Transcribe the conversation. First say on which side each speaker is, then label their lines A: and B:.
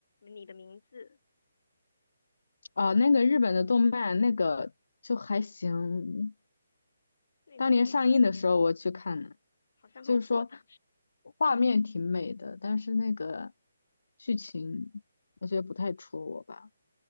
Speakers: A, on the left; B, on the left.
A: 《你的名字》，
B: 哦，那个日本的动漫，那个就还行。
A: 那个我
B: 当年上映的时候我去看了，
A: 好像很火，
B: 就是说
A: 的。
B: 画面挺美的，但是那个剧情我觉得不太戳我吧，